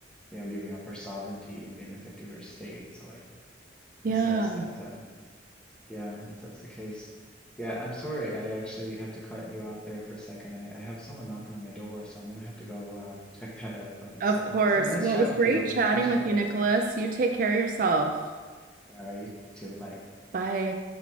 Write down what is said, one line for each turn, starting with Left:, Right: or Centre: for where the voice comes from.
Centre: you know, giving up her sovereignty and being the 51st state. So, like,
Right: Yeah.
Centre: it's nice that uh, yeah, if that's the case. Yeah, I'm sorry. I actually have to cut you off there for a second. I, I have someone knocking on my door, so I'm gonna have to go uh, <laughs> check that out. But it's
Right: Of
Centre: uh,
Right: course.
Centre: it's been nice
Right: Well,
Centre: chat
Right: it was
Centre: with
Right: great
Centre: you, and
Right: chatting
Centre: we can catch
Right: with
Centre: up later.
Right: you, Nicholas. You take care of yourself.
Centre: All right, you too. Bye.
Right: Bye.